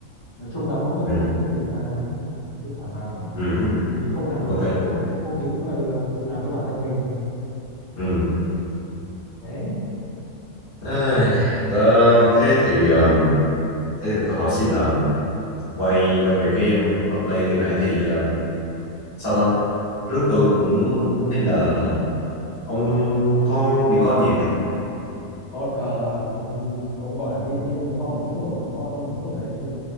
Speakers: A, on the left; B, on the left.
A: nói chung là mỗi người
B: ừ.
A: một sở thích mà cứ thoải mái
B: Ừ.
A: mình không làm được
B: ok
A: thật tốt thì cũng không thì cũng là ờ, làm cho bản thân mình
B: ừ.
A: đấy
B: Ai, tớ- thế thì um, thế thì tôi hỏi xin là quay quay về cái um, cosplay cái nãy thì um, sao ta trước tôi cũng thấy là ông có đi con nhiều chưa
A: có ờ, cũng cũng gọi là biết biết nó có một chút rồi cũng có một chút rồi đấy chứ